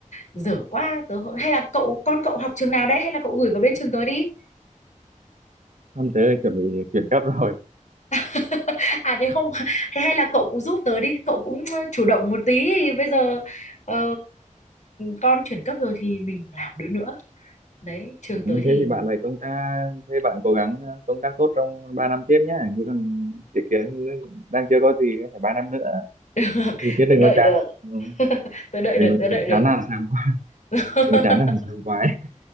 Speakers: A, on the left (about 65°); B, on the right (about 75°).
A: dở quá tớ hay là cậu con cậu học trường nào đấy hay là cậu gửi vào bên trường tớ đi.
B: không thế là chuẩn bị chuyển cấp rồi
A: <laughs> À thế không <laughs> thế hay là cậu cũng giúp tớ đi cậu cũng ờ, chủ động một tí thì bây giờ ờ, con chuyển cấp rồi thì mình làm đứa nữa đấy trường
B: ừ,
A: tới thì
B: thế thì bạn phải công tác thế bạn cố gắng à, công tác tốt trong 3 năm tiếp nhá chứ còn dự kiến đang chưa có gì phải 3 năm nữa
A: <laughs> được
B: thì chứ đừng
A: tớ đợi
B: có chán
A: được
B: Ừ.
A: <laughs> tớ đợi
B: đừng
A: được
B: có
A: tớ đợi được
B: chán nản sảng khoái
A: <laughs>
B: đừng có chán nản sảng khoái